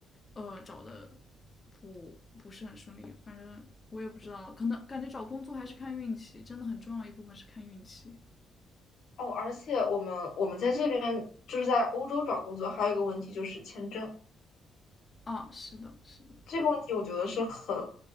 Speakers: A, on the left; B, on the left.
A: 呃，找的不不是很顺利。反正我也不知道了，可能感觉找工作还是看运气，真的很重要一部分是看运气
B: <laughs> 哦。而且我们我们在这边就是在欧洲找工作，还有一个问题就是签证。
A: 啊。是的，是的，
B: 这个问题我觉得是很